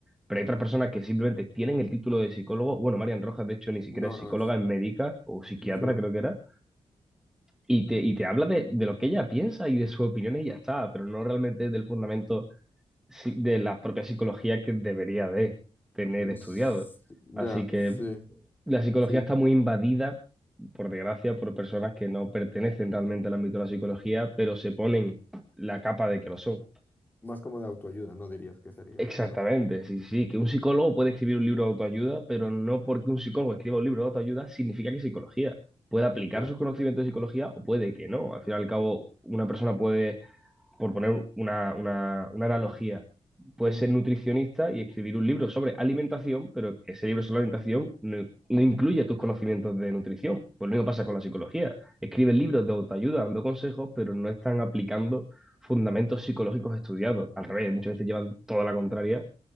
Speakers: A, in the centre; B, on the left.
A: Pero hay otras personas que simplemente tienen el título de psicólogo. Bueno, Marian Rojas, de hecho, ni siquiera
B: No,
A: es psicóloga,
B: no es.
A: es médica o psiquiatra,
B: Sí.
A: creo que era y te, y te habla de, de lo que ella piensa y de sus opiniones y ya está, pero no realmente del fundamento si- de la propia psicología que debería de tener
B: Mm,
A: estudiado.
B: s- Ya,
A: Así que
B: sí,
A: la psicología
B: sí.
A: está muy invadida, por desgracia, por personas que no pertenecen realmente al ámbito de la psicología, pero se ponen la capa de que lo son.
B: Más como de autoayuda, ¿no? Dirías que sería
A: Exactamente,
B: algo así.
A: sí, sí, sí, que un psicólogo puede escribir un libro de autoayuda, pero no porque un psicólogo escriba un libro de autoayuda significa que es psicología. Puede aplicar
B: Claro.
A: sus conocimientos de psicología o puede que no. Al fin y al cabo, una persona puede por poner una, una, una analogía, puedes
B: Ujú,
A: ser nutricionista y escribir un libro sobre alimentación, pero que ese libro sobre alimentación no, no incluye tus conocimientos de nutrición. Pues lo mismo pasa con
B: cl-
A: la psicología. Escriben libros de autoayuda dando consejos, pero no están aplicando fundamentos psicológicos estudiados. Al revés, muchas veces llevan toda la contraria